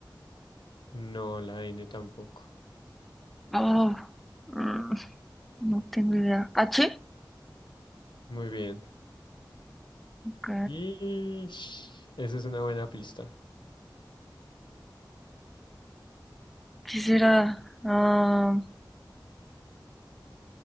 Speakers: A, on the left; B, in the centre.
A: No, la N tampoco.
B: Oh, mm, no tengo idea. ¿H?
A: Muy bien.
B: Ok,
A: Y esa es una buena pista.
B: ¿Qué será? Ah,